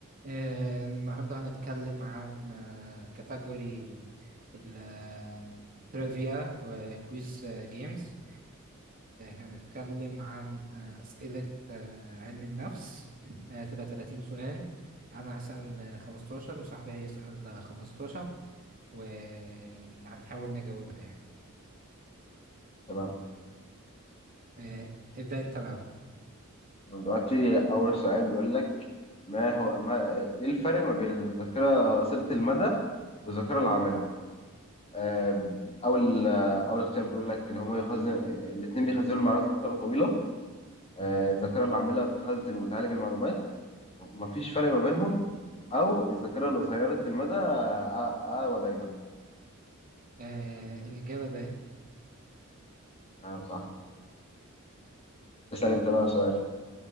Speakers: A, on the right (about 40°); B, on the left (about 30°).
A: آه، النهاردة هنتكلم عن آه، كاتيجوري التريفيا وكويز جيمز هنتكلم عن آه، أسئلة آه، علم النفس آه، تبقى 30 سؤال أنا هسأل آه، 15 وصاحبي هيسأل آه، 15 وهنحاول نجاوبها يعني
B: تمام
A: آه، ابدأ أنت الأول
B: دلوقتي أول سؤال بيقول لك ما هو ما إيه الفرق ما بين الذاكرة قصيرة المدى والذاكرة العاملة؟ آه، أول آه، أول اختيار بيقول لك اللي هما يخزن الاتنين بيخزنوا المعلومات لفترة طويلة آه، الذاكرة العاملة بتخزن وتعالج المعلومات مفيش فرق ما بينهم أو الذاكرة القصيرة المدى أقوى آه، آه، أقوى دايما
A: آه، الإجابة باء
B: تمام صح اسأل أنت بقى سؤال